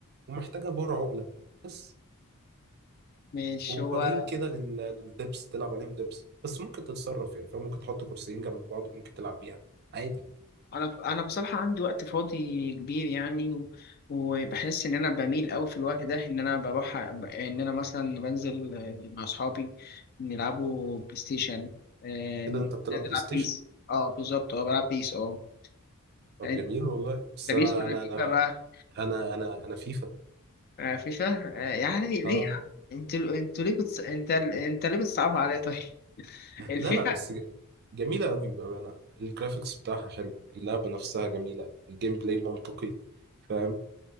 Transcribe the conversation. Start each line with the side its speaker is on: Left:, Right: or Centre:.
Right: ومحتاجة بار عقلة بس
Left: مش
Right: وبارين
Left: هو
Right: كده لل- للدبس تلعب عليهم دبس بس ممكن تتصرف يعني فممكن تحط كرسيين جنب بعض وممكن تلعب بيها عادي
Left: انا انا بصراحه عندي وقت فاضي كبير يعني و- وبحس ان انا بميل قوي في الوقت ده ان انا بروح أ- ب- ان انا مثلا بنزل آه، مع اصحابي نلعبوا بلاي ستيشن آه،
Right: كده انت بتلعب
Left: نلعب
Right: بلاي ستيشن
Left: بيس اه بالظبط اه بلعب بيس اه
Right: طب
Left: انت
Right: جميل والله بس
Left: بيس
Right: انا
Left: ولا
Right: انا
Left: فيفا
Right: انا
Left: بقى
Right: انا انا انا فيفا
Left: آه، فيفا آه، يعني ليه
Right: اه
Left: يا عم؟ انتوا انتوا ليه بتص... انت انت ليه بتصعبها عليا طيب <laughs>
Right: لا
Left: الفيفا
Right: لا بس ج- جميلة قوي بأمانة الجرافيكس بتاعها حلو اللعبة نفسها جميلة الجيم بلاي منطقي فاهم